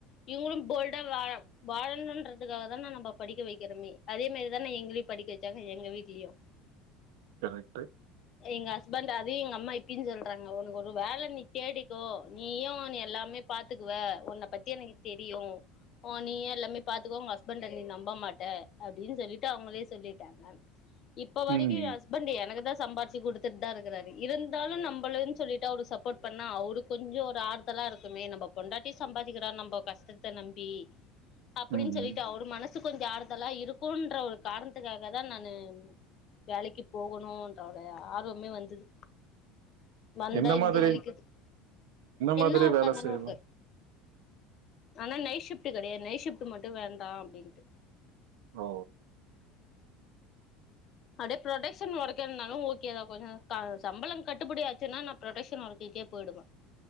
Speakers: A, on the left (about 45°); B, on the right (about 80°).
A: இவங்களு போல்டா வாழ வாழணுன்றதுக்காக தான நம்ப படிக்க வக்கிறோமே அதே மாரி தான எங்களையு படிக்க வச்சாங்க எங்க வீட்லயு
B: கரெக்ட்டு
A: எங்க ஹஸ்பண்ட் அதையு எங்க அம்மா இப்பயு சொல்றாங்க ஒனக்கு ஒரு வேல நீ தேடிக்கோ நீயு நீ எல்லாமே பாத்துக்குவ ஒன்ன பத்தி எனக்கு தெரியு ஓ நீ எல்லாமே பாத்துக்குவ உங்க ஹஸ்பண்ட நீ நம்ப மாட்ட அப்டின் சொல்லீட்டு அவுங்களே சொல்லிட் டாங்க இப்ப
B: ம்.
A: வரைக்கு எ ஹஸ்ப் பண்ட் எனக்கு தா சம்பாரிச்சு குடுத்துட் தா இருக்கறாரு இருந்தாலு நம்பலன் சொல்லீட்டு அவருக் சப்போட் பண்ணா அவருக் கொஞ்சோ ஒரு ஆறுதலா இருக்குமே நம்ப பொண்டாட்டி சம்பாதிக்கிறா நம்ம கஷ்டத்த நம்பி அப்டின்
B: ம்.
A: சொல்லீட்டு அவரு மனசு கொஞ்சோ ஆறுதலா இருக்குன்ற ஒரு காரணத்துக்காக தா நானு வேலைக்கு போகணுன்ற ஒரு ஆர்வமே வந்துது வந்தா
B: என்ன
A: இங்க
B: மாதிரி
A: வலிக்கிது என்ன
B: மாதிரி
A: ஒர்க்
B: வேல
A: அந்தளவ்க்கு
B: செய்யலாம்?
A: ஆனா நைட் ஷிஃப்ட்டு கெடயாது நைட் ஷிஃப்ட் மட்டு வேண்டா அப்டின்ட்டு
B: ஓ
A: அப்டே ப்ரொடக்ஷன் ஒர்க் இருந்தாலு ஓகே தா கொஞ்சோ க சம்பளோ கட்டுப்படியாச்சுன்னா நா ப்ரொடக்ஷன் ஒர்க்குக்கே போயிடுவே